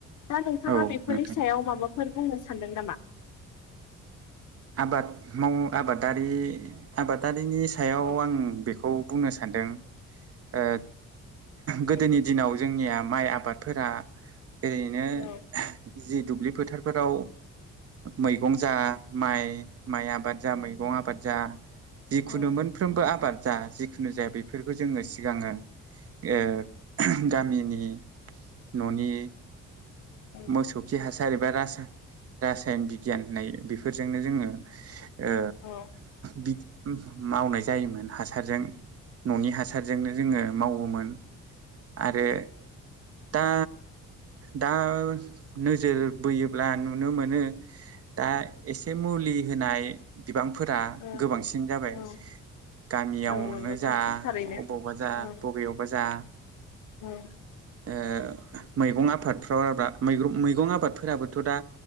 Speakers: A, on the left; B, on the right.
A: दा नोंथाङा
B: औ
A: बेफोरनि
B: नोंथां
A: सायाव माबा फोर बुंनो सानदों नामा?
B: आबाद माव आबादारि आबादा रिनि सायाव
A: औ
B: आं बेखौ बुंनो सानदों ओ गोदोनि
A: औ
B: दिनाव जोंनिया माइ आ बादफोरा ओरैनो
A: औ
B: जि दुब्लि फोथारफोराव मैगं जा माइ माइ आबाद जा मैगं आबाद जा जिखुनु
A: औ
B: मोनफ्रोमबो आबाद जा जिखुनु जाया बेफोरखौ जोङो सिगाङो ओ ओहो गामिनि न'नि
A: औ
B: मोसौ खि हास सार एबा रासा-रासायन बिगियान होननाय बे फोरजोंनो जोङो ओ
A: औ
B: बि उम मावनाय जायोमोन हासारजों। न'नि हासारजोंनो जोंङो मावोमोन। आरो दा दा नोजोर बोयोब्ला नुनो मोनो दा एसे मुलि होनाय बिबांफोरा
A: औ
B: गोबांसिन जाबाय
A: औ
B: गामियावनो
A: औ नंगौ
B: जा,
A: थां थारैनो
B: अबावबा‌ जा
A: औ
B: बबेयावबा जा।
A: औ।
B: ओ मैगं आफादफ्राव आ ब्रा मैग्रं-मैगं आबादफोराबोथ' दा